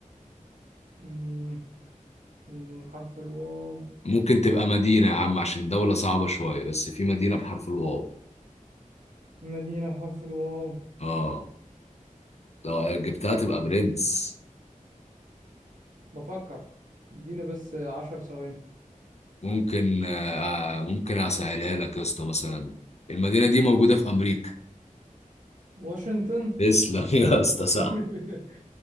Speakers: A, on the right; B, on the left.
A: مم، وحرف الواو
B: ممكن تبقى مدينة يا عم عشان دولة صعبة شوية بس في مدينة بحرف الواو
A: مدينة بحرف الواو
B: اه لو جبتها تبقى برنس
A: بفكر اديني بس عشر ثواني
B: ممكن آه ممكن اسهلها لك يا اسطى مثلا المدينة دي موجودة في امريكا
A: واشنطن
B: تسلم <laughs> يا اسطى صح
A: <laughs>